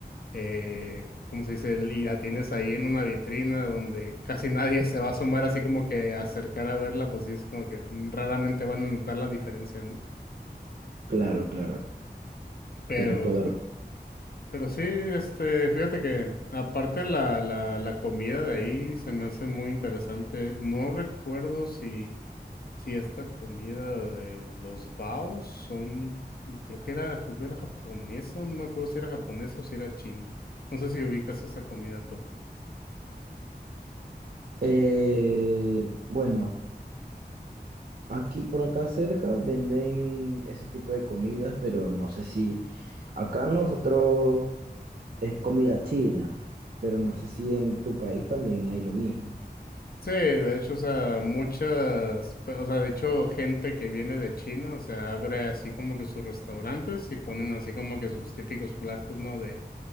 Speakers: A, on the left; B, on the right.
A: eh, ¿cómo se dice? Y la tienes ahí en una vitrina donde casi nadie <laughs> se va a asomar así como que a acercar a verla, pues sí es como que raramente van a notar la diferencia, ¿no?
B: claro, claro.
A: Pero,
B: Tienes toda la razón.
A: pero sí, este, fíjate que aparte la, la, la comida de ahí se me hace muy interesante. No recuerdo si, si esta comida de los baos son, creo que era, creo que era japonesa, no me acuerdo si era japonesa o si era china. No sé si ubicas esa comida tú.
B: Eh, bueno, aquí por acá cerca venden ese tipo de comidas, pero no sé si acá nosotros es comida china, pero no sé si en tu país también hay lo mismo.
A: Sí, de hecho, o sea, muchas, pe- o sea, de hecho, gente que viene de China, o sea, abre así como que sus restaurantes y ponen así como que sus típicos platos, ¿no? De